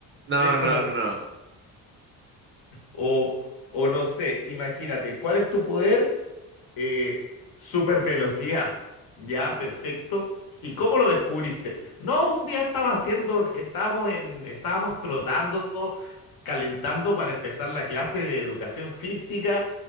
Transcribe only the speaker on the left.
Y es
como,
O, o no sé, imagínate, ¿cuál es tu poder? Eh, super velocidad. Ya, perfecto. ¿Y cómo lo descubriste? No, un día estaba haciendo, estábamos en, estábamos trotando, calentando para empezar la clase de educación física